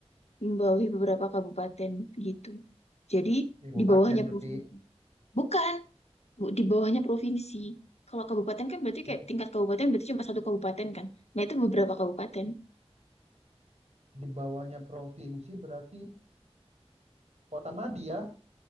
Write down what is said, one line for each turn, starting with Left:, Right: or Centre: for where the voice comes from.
Left: membawahi beberapa kabupaten gitu jadi
Right: Di kabupaten
Left: di bawahnya
Right: berarti
Left: provinsi bukan Bu, di bawahnya provinsi. Kalau kabupaten kan berarti
Right: di,
Left: kayak tingkat kabupaten berarti cuma satu kabupaten kan. Nah, itu beberapa kabupaten.
Right: di bawahnya provinsi berarti kota madya.